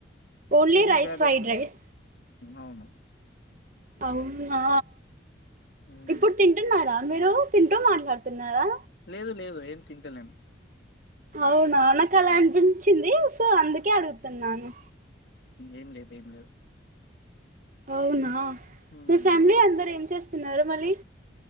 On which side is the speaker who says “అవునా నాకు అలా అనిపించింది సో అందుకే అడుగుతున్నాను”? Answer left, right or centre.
Right